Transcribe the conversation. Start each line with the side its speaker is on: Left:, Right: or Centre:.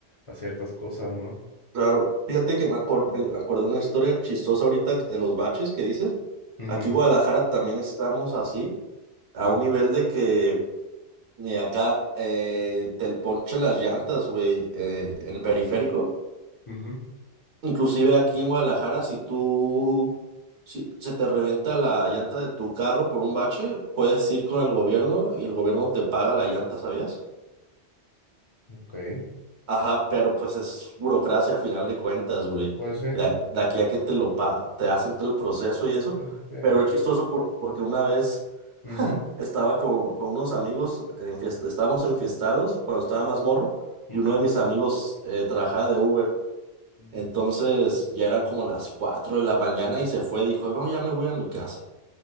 Left: a ciertas cosas, ¿no?
Right: Claro, fíjate que me, acor- me acordé de una historia chistosa ahorita de los baches que dices.
Left: Ujú,
Right: Aquí en Guadalajara también estamos así, a un nivel de que eh, acá eh, te ponchan las llantas, güey, eh, en periférico.
Left: ujú,
Right: Inclusive aquí en Guadalajara, si tú, si se te reventa la llanta de tu carro por un bache, puedes ir con el gobierno y el gobierno te paga la llanta, ¿sabías?
Left: ok.
Right: Ajá, pero pues es burocracia a final de cuentas, güey.
Left: Pues sí.
Right: La- De, aquí a que te lo pa- te hacen todo el proceso y eso.
Left: Ah, claro.
Right: Pero es chistoso por- porque una vez
Left: Ujú,
Right: <laughs> estaba con, con unos amigos, en fiesta, estábamos enfiestados cuando estaba más morro,
Left: ujú,
Right: y uno de mis amigos eh, trabajaba de Uber.
Left: ujú,
Right: Entonces ya eran como las 4 de la mañana y se fue, dijo, no, ya me voy a mi casa.